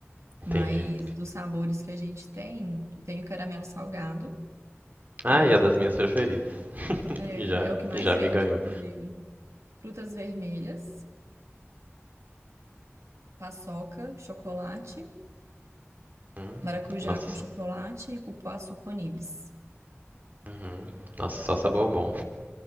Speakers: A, on the right (about 85°); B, on the right (about 40°).
A: Mas
B: Entendi.
A: dos sabores que a gente tem, tem o caramelo salgado,
B: Ah,
A: é,
B: e a das minhas preferidas.
A: é
B: E Já,
A: é o que mais
B: e já
A: vende,
B: me ganhou.
A: inclusive. Frutas vermelhas, paçoca, chocolate,
B: Hum,
A: maracujá
B: Nossa,
A: com
B: só-
A: chocolate e cupuaçu com nibs.
B: uhum. Nossa, só sabor bom.